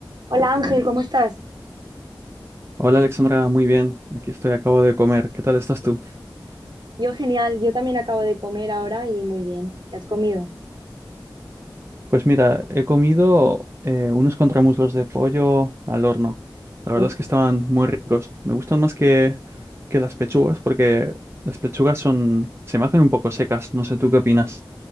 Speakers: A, on the right (about 60°); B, on the right (about 30°).
A: Hola Ángel, ¿cómo estás?
B: Hola Alexandra, muy bien. Aquí estoy, acabo de comer. ¿Qué tal estás tú?
A: Yo genial, yo también acabo de comer ahora y muy bien. ¿Qué has comido?
B: Pues mira, he comido eh, unos contramuslos de pollo al horno. La
A: ¿Tú?
B: verdad es que estaban muy ricos. Me gustan más que, que las pechugas porque las pechugas son, se me hacen un poco secas. No sé tú qué opinas.